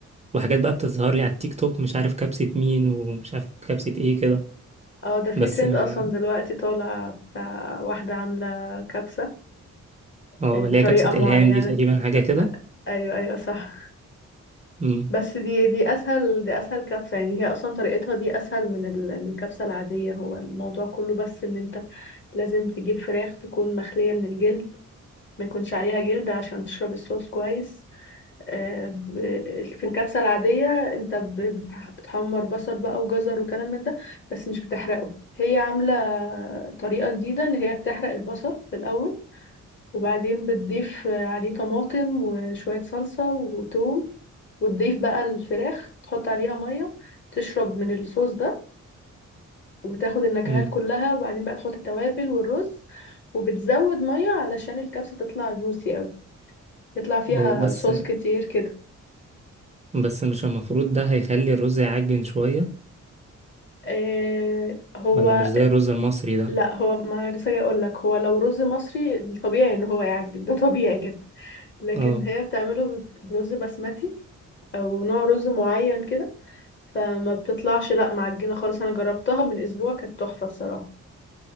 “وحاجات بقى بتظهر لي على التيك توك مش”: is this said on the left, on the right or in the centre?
Right